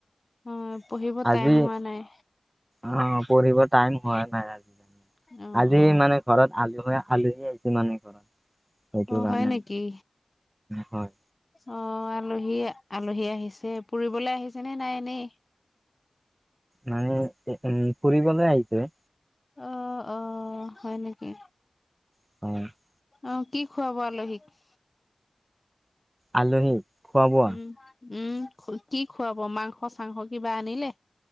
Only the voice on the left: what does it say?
অ' পঢ়িব
টাইম হোৱা নাই।
অ
অ
অ,
হয় নেকি?
অ' আলহী আলহী আহিছে ফুৰিবলৈ আহিছে নে নাই এনেই?
অ' অ' হয় নেকি?
অ, কি খুৱাব আলহীক?
উম, উম, কি খুৱাব মাংস চাংস কিবা আনিলে?